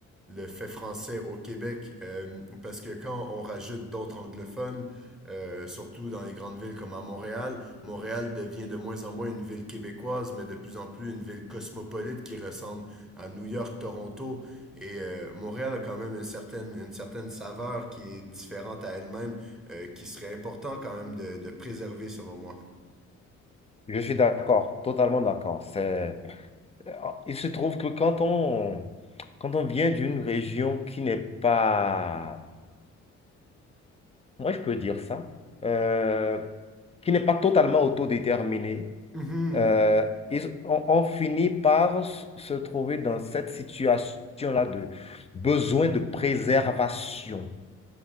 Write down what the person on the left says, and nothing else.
Je suis d'accord, totalement d'accord. C'est... euh, Il se trouve que quand on, quand on vient d'une région qui n'est pas, moi je peux dire ça, euh, qui n'est pas totalement autodéterminée,
euh, ils, on, on finit par s- se trouver dans cette situation-là de besoin de préservation.